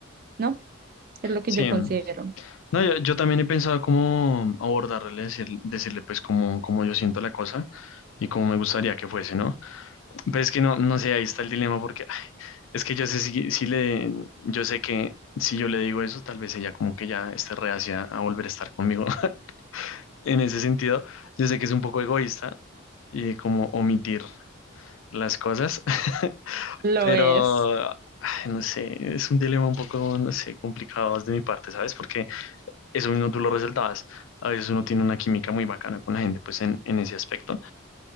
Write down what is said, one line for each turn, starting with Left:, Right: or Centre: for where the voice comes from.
Right: ¿no? Es lo que
Left: Sí,
Right: yo considero.
Left: no, yo, yo también he pensado cómo abordarle, decir- decirle pues cómo, cómo yo siento la cosa y cómo me gustaría que fuese, ¿no? Pero es que no, no sé, ahí está el dilema porque ay, es que yo sé si, si le, yo sé que si yo le digo eso, tal vez ella como que ya esté reacia a volver a estar conmigo. <laughs> En ese sentido, yo sé que es un poco egoísta y como omitir las cosas, <laughs>
Right: Lo
Left: Pero,
Right: es.
Left: ay, no sé, es un dilema un poco, no sé, complicado de mi parte, ¿sabes? Porque eso mismo tú lo resaltabas. A veces uno tiene una química muy bacana con la gente, pues en, en ese aspecto.